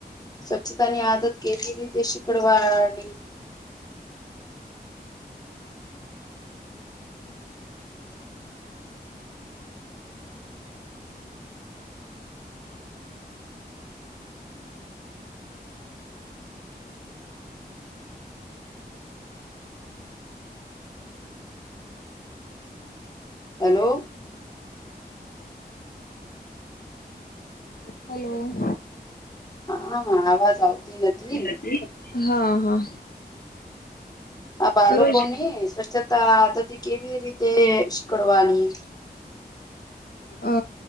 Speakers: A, on the left; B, on the left.
A: સ્વચ્છતા ની આદત કેવી રીતે શિકડવાળની હેલો
B: હલો
A: હા અવાજ આવતી નથી
B: <inaudible> હા હા
A: આ બાળકો
B: રોજ
A: ને સ્વચ્છતાતી કેવી રીતે શીકડવાની
B: અ